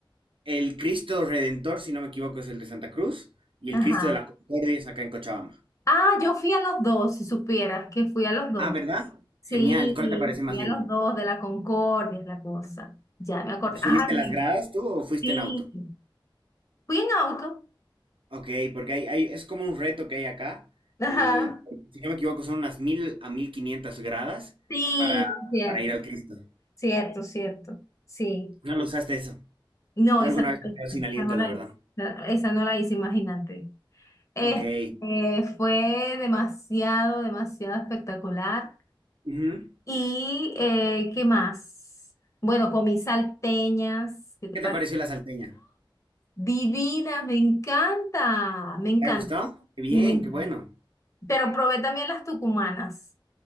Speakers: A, on the right; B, on the left.
A: El Cristo Redentor, si no me equivoco, es el de Santa Cruz. Y el
B: Ajá.
A: Cristo de la Concordia es acá en Cochabamba.
B: Ah, yo fui a los dos, si supieras que fui a los dos.
A: Ah, ¿verdad? Genial.
B: Sí,
A: ¿Cuál te parece más
B: fui
A: lindo?
B: a los dos de la Concordia, es la cosa. Ya me acordé.
A: ¿Subiste
B: Ay,
A: las
B: me-
A: gradas tú o fuiste
B: sí.
A: en auto?
B: Fui en auto.
A: Ok, porque hay, hay- es como un reto que hay acá.
B: Ajá.
A: El, si no me equivoco, son unas 1000 a 1500 gradas
B: Sí,
A: para,
B: cierto,
A: para ir al Cristo.
B: cierto, cierto. Sí.
A: No lo usaste eso.
B: No,
A: Yo
B: esa
A: alguna
B: no
A: vez me quedé sin aliento,
B: Esa no la
A: la verdad.
B: hice, esa no la hice, imagínate. Este,
A: Ok.
B: fue demasiado, demasiado espectacular.
A: Ujú.
B: ¿Y eh, qué más? Bueno, comí salteñas, ¿qué te
A: ¿Qué
B: parece?
A: te pareció la salteña?
B: Divinas, me encanta, me encanta,
A: ¿Te ha gustado? Qué bien,
B: me encanta.
A: qué bueno.
B: Pero probé también las tucumanas.